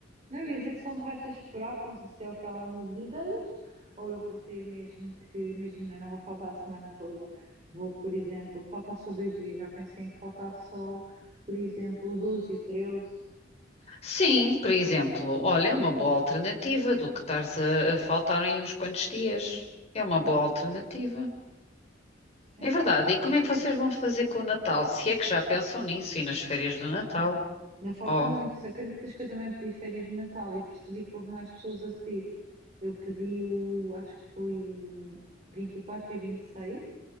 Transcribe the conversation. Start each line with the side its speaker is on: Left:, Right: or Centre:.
Right: Não eu ia dizer que só me resta esperar, posso ser o que ela mude de ideias, ou eu vou ter mesmo que, imagina, não vou faltar a semana toda. Vou, por exemplo, faltar só dois dias, já pensei em faltar só, por exemplo, o 12 e o 13.
Left: Sim, por exemplo, olha, é uma boa alternativa do que estares a, a faltar em uns quantos dias. É uma boa alternativa.
Right: Sim,
Left: É verdade.
Right: deixa
Left: E como
Right: eu
Left: é que
Right: ver.
Left: vocês vão fazer com o Natal? Se é que já pensam nisso e nas férias do Natal?
Right: Ainda falta
Left: Oh,
Right: muito. Se acreditas que eu também pedi férias de Natal e percebi que houve mais pessoas a pedir. Eu pedi o, acho que foi o 24 e 26,